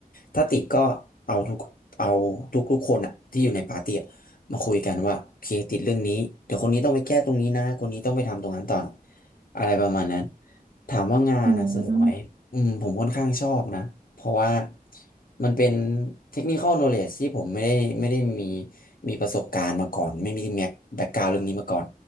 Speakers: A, on the left; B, on the right.
A: ถ้าติดก็เอาทุกเอาทุกทุกคนอะที่อยู่ในปาร์ตี้อะมาคุยกันว่าโอเคติดเรื่องนี้เดี๋ยวคนนี้ต้องไปแก้ตรงนี้นะคนนี้ต้องไปทำตรงนั้นต่อนะอะไรประมาณนั้นถามว่างานอะสนุกไหมอืมผมค่อนข้างชอบนะเพราะว่า
B: อืม
A: มันเป็น technical knowledge ที่ผมไม่ได้ไม่ได้มีมีประสบการณ์มาก่อนไม่มีแบ็กกราวเรื่องนี้มาก่อน